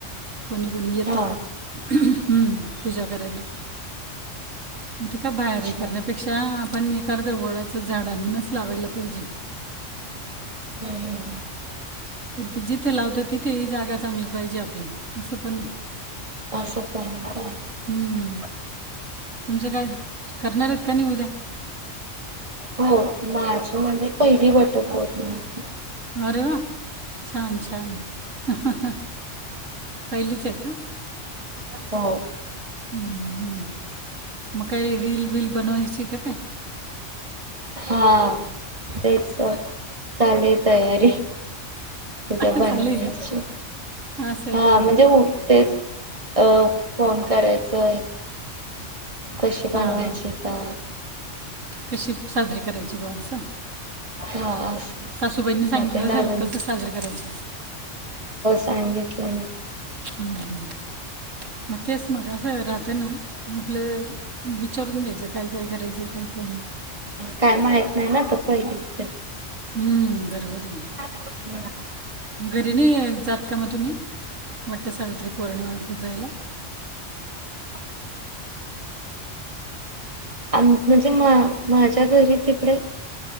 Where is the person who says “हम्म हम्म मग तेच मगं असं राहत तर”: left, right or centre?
Right